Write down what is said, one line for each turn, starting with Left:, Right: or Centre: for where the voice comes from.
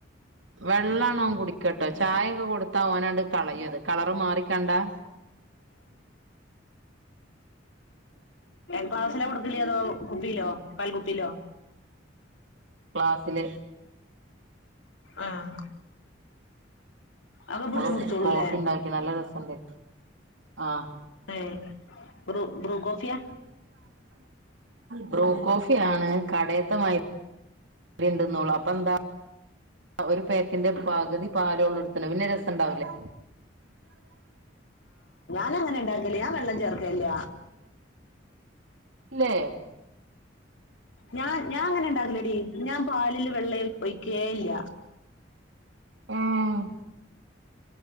Right: വെള്ളം കുടിക്കട്ടോ ചായ കൊടുത്താ ഓനാണ്ട് കളയത് കളറ് മാറിക്കണ്ടാ
Left: ക്ലാസ്സിലാ കൊടുക്കല് അതോ കുപ്പിയിലോ പാൽ കുപ്പിയിലോ
Right: ക്ലാസ്സില്
Left: ആഹ് അതൊക്കെ പിടിച്ചു
Right: ഓള്
Left: കുടിച്ചോളൂല്ലേ
Right: കോഫി ഉണ്ടാക്കി നല്ല രസമുണ്ടെനു ആഹ്
Left: ഏഹ് ബ്രൂ ബ്രൂ കോഫിയാ
Right: ബ്രുകോഫിയാണ് കടയത്തെ മായിരി ഉണ്ട്ന്ന് ഓള് അപ്പ എന്താ ഒരു പാക്കിന്റെ പകുതി പാലോള് എടുത്തണ് പിന്നെ രസമുണ്ടാവില്ലേ
Left: ഞാൻ അങ്ങനെ ഉണ്ടാക്കല് ഞാൻ വെള്ളം ചേർക്കലില്ല
Right: ല്ലെ
Left: ഞാൻ ഞാൻ അങ്ങനെ ഉണ്ടാക്കലെടി ഞാൻ പാലില് വെള്ളം ഒയ്ക്കെ ഇല്ല
Right: ഏഹ്